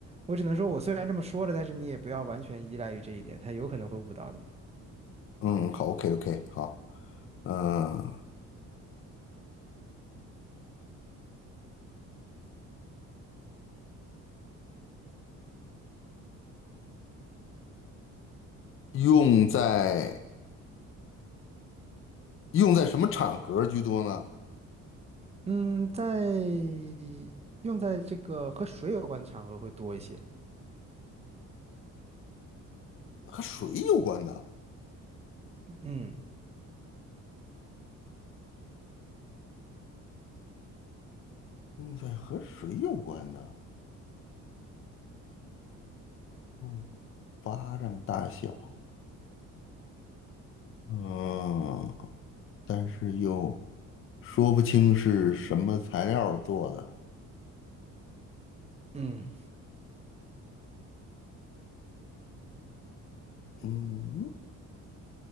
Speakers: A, on the right; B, on the left.
A: 我只能说，我虽然这么说了，但是你也不要完全依赖于这一点，它有可能会误导你。
B: 嗯，好，OK OK，好，嗯，用在用在什么场合居多呢？
A: 嗯，在用在这个和水有关的场合会多一些。
B: 和水有关的，
A: 嗯
B: 用在和水有关的，嗯，巴掌大小，嗯，但是又说不清是什么材料做的，
A: 嗯，
B: 嗯，